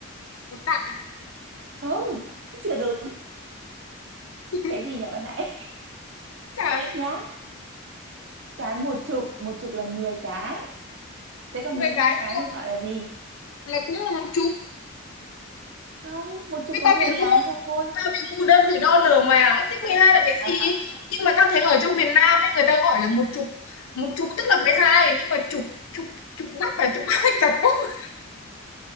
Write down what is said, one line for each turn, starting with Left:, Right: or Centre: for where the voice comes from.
Left: một tạ
Right: không <laughs> chưa đúng
Left: <laughs>
Right: cái gì nhỉ bạn nãy
Left: chả
Right: <laughs> nhá cái một chục một chục là mười cái thế còn
Left: mười
Right: mười hai
Left: cái
Right: cái
Left: thì là
Right: thì gọi là gì
Left: là cũng là một chục
Right: không một chục
Left: Thế
Right: có
Left: ta
Right: mười
Left: bị ngu
Right: cái thôi
Left: ta bị ngu đơn vị đo lường mà thế 12
Right: <laughs>
Left: là cái gì nhưng mà ta thấy ở trong miền Nam ấy người ta gọi là một chục một chục tức là mười hai nhưng mà chục chục chục bắc là chục hai <laughs> chặt bút